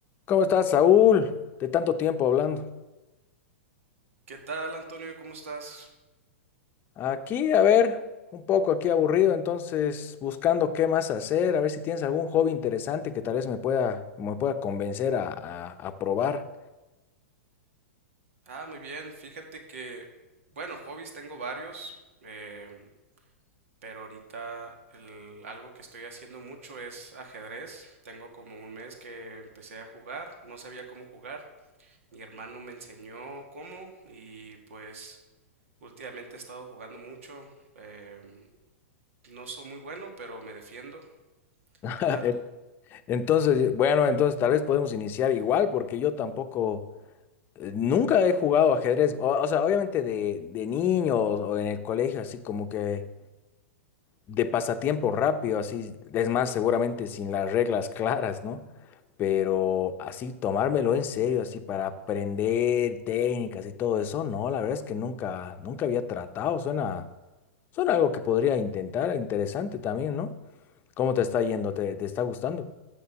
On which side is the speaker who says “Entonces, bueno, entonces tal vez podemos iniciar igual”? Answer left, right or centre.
Left